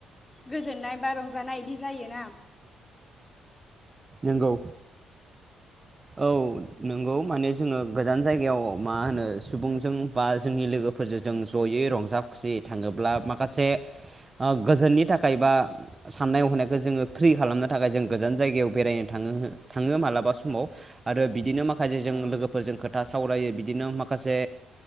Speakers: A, on the left; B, on the right.
A: गोजोननाय बा रंज जानाय इदि जायोना
B: नोंगौ औ नंगौ माने जोङो गोजान जायगायाव मा होनो सुबुंजों बा जोंनि लोगोफोरजों जों ज'यै रंजा खुसियै थाङोब्ला माखासे गोजोननि थाखाय बा साननाय हनायखौ जोङो फ्रि खालामनो थाखाय जों गोजान जायगायाव बेरायनो थाङो थाङो मालाबा समाव आरो बिदिनो माखा से जों
A: औ
B: लोगोफोरजों खोथा सों सावरायो बिदिनो माखासे